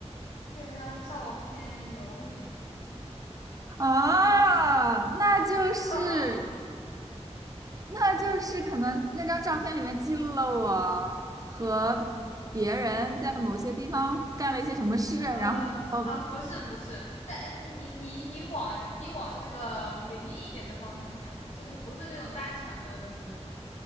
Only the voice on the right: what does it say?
啊，那就是
那就是可能那张照片里面记录了我和别人在某些地方干了一些什么事，然后。